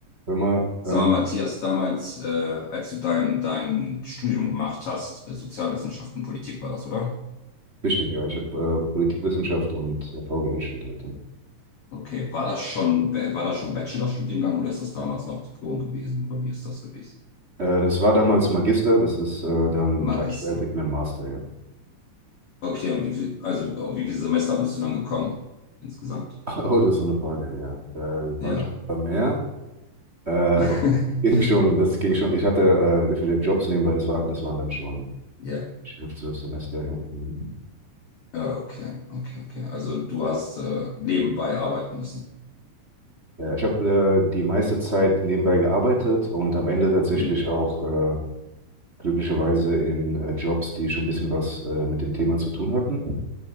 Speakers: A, on the right; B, on the left.
A: Hör mal, ähm,
B: Sag mal, Matthias, damals, äh, als du dein, dein Studium gemacht hast, äh, Sozialwissenschaften und Politik war das, oder?
A: richtig, ja, ich habe äh, Politikwissenschaft und VWL studiert. ja.
B: Okay, war das schon, äh, war das schon Bachelorstudiengang oder ist das damals noch Diplom gewesen? Oder wie ist das gewesen?
A: Äh, das war damals Magister, das ist äh, dann
B: Magister.
A: gleichwertig mit dem Master, ja.
B: Okay, und wie viel, also auf wie viele Semester bist du dann gekommen? Insgesamt.
A: <laughs> Oh, das ist so eine Frage, ja. Äh, es
B: Ja.
A: waren schon ein paar mehr. Äh,
B: <laughs>
A: das ging schon, das ging schon. Ich hatte äh, sehr viele Jobs nebenbei, das waren, das waren dann schon
B: Ja.
A: fünf, zwölf Semester, ja. Mhm.
B: Ja, Okay, okay, okay. Also du hast äh, nebenbei arbeiten müssen.
A: Ja, ich habe äh, die meiste Zeit nebenbei gearbeitet und am Ende tatsächlich
B: Hm.
A: auch äh, glücklicherweise in äh, Jobs, die schon ein bisschen was äh, mit dem Thema zu tun hatten.